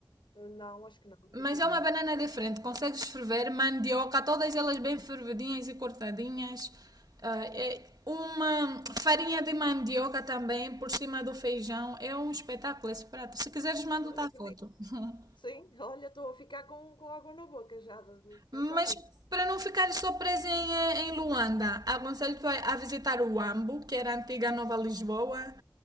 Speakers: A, on the left (about 85°); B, on the right (about 55°).
A: Eh, Não, acho que não, nunca
B: Mas
A: comi.
B: é uma banana diferente, consegues ferver mandioca, todas elas bem fervidinhas e cortadinhas. Ah, é uma farinha de mandioca também por cima do feijão. É um espetáculo esse prato. Se quiseres, mando-te
A: Pois,
B: a
A: acredito.
B: foto. <laughs>
A: Sim, <laughs> olha, estou a ficar com, com água na boca já de de pensar
B: Mas
A: nisso.
B: para não ficares só presa em, eh, em Luanda, aconselho-te a a visitar o Huambo, que era a antiga Nova Lisboa.